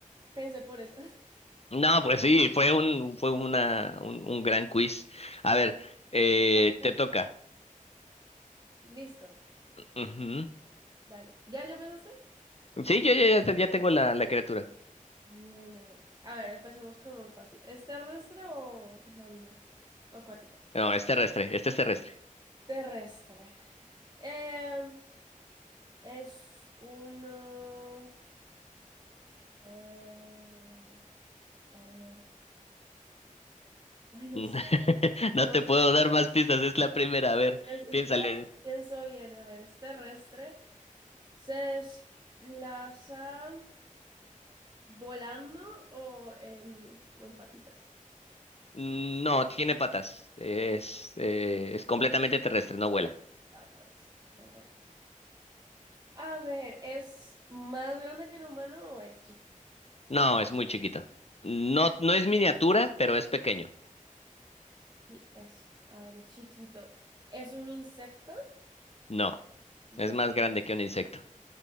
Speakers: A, on the right; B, on the left.
A: pensé por eso.
B: No, pues sí, fue un, fue una, un, un gran quiz. A ver, eh,
A: <laughs>
B: te toca.
A: Listo.
B: Ujú.
A: Dale. ¿Ya, ya pensaste?
B: Sí, yo ya, ya- ya tengo la, la criatura.
A: Bueno, a ver, empecemos con lo más fácil. ¿Es terrestre o marina? ¿O acuática?
B: No, es terrestre, este es terrestre.
A: Terrestre. Em, es uno... eh, a ver. Ay, no
B: <laughs>
A: sé.
B: No
A: No,
B: te puedo dar más pistas, es la primera. A ver,
A: es- espera,
B: piénsale.
A: pienso bien. A ver, ¿es terrestre? ¿Se desplaza volando o en, o en patitas?
B: Mm, No, tiene patas. Es, eh, es completamente terrestre, no vuela.
A: Patas. No, bueno. A ver, ¿es más grande que un humano o es chiquito?
B: No, es muy chiquito. No, no es miniatura, pero es pequeño.
A: Y es, a ver, es chiquito. ¿Es un insecto?
B: No,
A: No
B: es
A: es
B: más grande que un insecto.